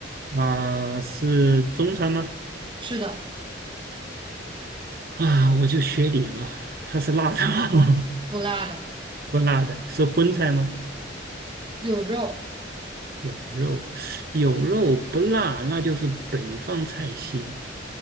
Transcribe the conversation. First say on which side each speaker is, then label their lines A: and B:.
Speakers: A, on the right; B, on the right.
A: 啊、是中餐吗？
B: 是的，
A: 啊，我就学你了，它是辣的吗？
B: 不辣的，
A: <laughs> 不辣的，是荤菜吗？
B: 有肉。
A: 有肉，有肉不辣，那就是北方菜系。